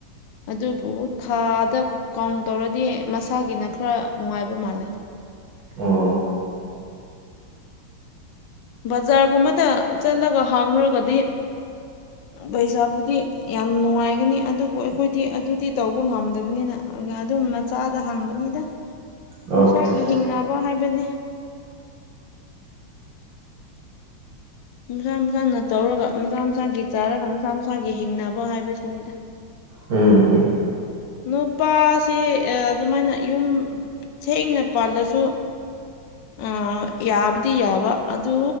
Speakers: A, on the left; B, on the right.
A: ꯑꯗꯨꯕꯨ ꯊꯥꯗ ꯀꯥꯎꯟ ꯇꯧꯔꯗꯤ ꯃꯁꯥꯒꯤꯅ ꯈꯔ ꯅꯨꯡꯉꯥꯏꯕ ꯃꯥꯜꯂꯦ
B: ꯑꯣ
A: ꯕꯖꯥꯔꯒꯨꯝꯕꯗ ꯆꯠꯂꯒ ꯍꯥꯡꯈ꯭ꯔꯒꯗꯤ ꯄꯩꯁꯥꯕꯨꯗꯤ ꯌꯥꯝ ꯅꯨꯡꯉꯥꯏꯒꯅꯤ ꯑꯗꯨꯕꯨ ꯑꯩꯈꯣꯏꯗꯤ ꯑꯗꯨꯗꯤ ꯇꯧꯕ ꯉꯝꯗꯕꯅꯤꯅ ꯑꯗꯨꯝ ꯃꯆꯥꯗ ꯍꯥꯡꯕꯅꯤꯗ
B: ꯑꯣ
A: ꯃꯁꯥꯒꯤ
B: ꯑꯠꯆꯥ ꯑꯠꯆꯥ
A: ꯍꯤꯡꯅꯕ ꯍꯥꯏꯕꯅꯤ ꯃꯁꯥ ꯃꯁꯥꯅ ꯇꯧꯔꯒ ꯃꯁꯥ ꯃꯁꯥꯒꯤ ꯆꯥꯔꯒ ꯃꯁꯥ ꯃꯁꯥꯒꯤ ꯍꯤꯡꯅꯕ ꯍꯥꯏꯕꯁꯤꯅꯤꯗ
B: ꯎꯝ ꯎꯝ
A: ꯅꯨꯄꯥꯁꯤ ꯑꯗꯨꯃꯥꯏꯅ ꯌꯨꯝ ꯊꯦꯡꯅ ꯄꯥꯜꯂꯁꯨ ꯑ ꯌꯥꯕꯨꯗꯤ ꯌꯥꯕ ꯑꯗꯨ